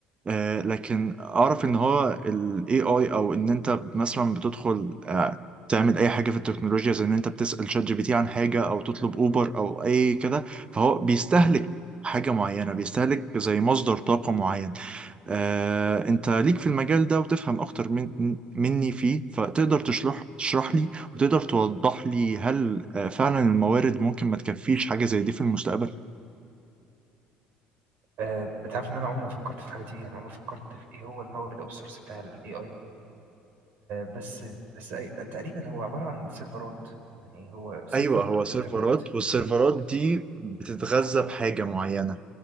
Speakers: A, on the right; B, on the right.
A: آه، لكن اعرف ان هو الاي اي او ان انت مثلا بتدخل آه، تعمل اي حاجه في التكنولوجيا زي ان انت بتسال شات جي بي تي عن حاجه او تطلب اوبر او اي كده فهو بيستهلك حاجه معينه بيستهلك زي مصدر طاقه معين آه، انت ليك في المجال ده وتفهم اكتر من مني فيه فتقدر تشرح تشرح لي وتقدر توضح لي هل آه، فعلا الموارد ممكن ما تكفيش حاجه زي دي في المستقبل
B: آه، انت عارف ان انا عمري ما فكرت في الحاجه دي يعني عمري ما فكرت في ايه هو المورد او السورس بتاع الاي اي بس بس أي- تقريبا هو عباره عن سيرفرات يعني هو سيرفر
A: ايوه هو سيرفرات
B: وانترنت
A: والسيرفرات دي بتتغذى بحاجه معينه